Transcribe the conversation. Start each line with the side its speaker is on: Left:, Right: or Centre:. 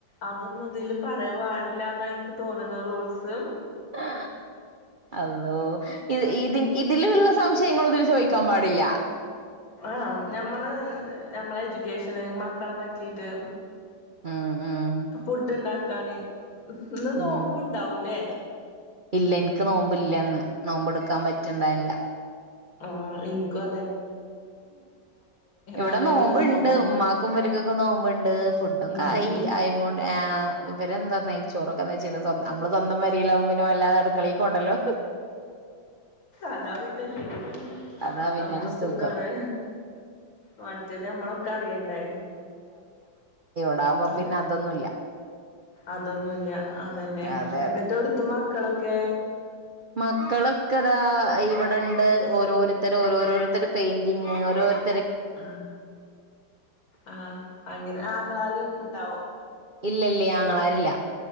Left: അതൊന്നും ഇതില് പറയാൻ പാടില്ലന്നാണ് എനിക്ക് തോന്നുന്നത് റൂൾസ്
Right: ആ അള്ളേ ഇ ഇതി ഇതിലുള്ള സംശയങ്ങൾ ഇതിൽ ചോദിക്ക ക്കാൻ പാടില്ല
Left: ആ ഞമ്മള് നഞമ്മളെ എജ്യൂക്കേഷന് മക്കളെ പറ്റീട്ട്
Right: ഉം ഉം
Left: ഫുഡ് ഉണ്ടാക്കാന് ഇന്ന് നോമ്പുണ്ടാവൂലേ
Right: ഉം ഇല്ല എനിക്ക് നോമ്പല്ലന്ന് നോമ്പെടുക്കാൻ പറ്റിണ്ടായില്ല
Left: ആ ഇൻക്കും
Right: ഇവിടെ
Left: നല്ല
Right: നോമ്പോ
Left: ദിവസാവുമ്പള്
Right: ഇണ്ട് ഉമ്മാക്കും ഇവര്ക്കൊക്കെ നോുമ്പണ്ട് ണ്ടൊക്കെ
Left: ഉം
Right: ആയി
Left: ഉം
Right: അയണ്ട് ഇവരെന്താ നെയ്ച്ചോറൊക്കെന്ന് വെച്ച്ണ് സ്ന്ത നമ്മള് സ്വന്തം പെരില്കുബോ പിന്നെ വല്ലാത അടുക്കളക്കും പോവണ്ടല്ലോ
Left: അതാ പിന്നല്ലേത്
Right: അതാ പിന്നൊരു
Left: അപ്പ സുഖാണ്
Right: സുഖം
Left: മറ്റത് നമ്മളൊക്കെ അറിയണ്ടേ
Right: ഉണ്ടകുമ്പോ
Left: അതെ
Right: പിന്നെ അതൊന്നുമല്ല
Left: അതൊന്നുല്ല അതന്നെ
Right: അതെ
Left: എന്നിട്ട് എവിടുത്ത മക്കളൊക്കെ?
Right: മക്കളൊക്കെതാ ഇവിടെണ്ട് ഓരോരുത്തർ ഓരോരോരുത്തർ പെയിന്റിങ് ഓരോരു
Left: ആ ആ അങ്ങനെ ആങ്ങാളാര് ഇണ്ടോ
Right: ഇല്ല ഇല്ല ആങ്ങളാരില്ല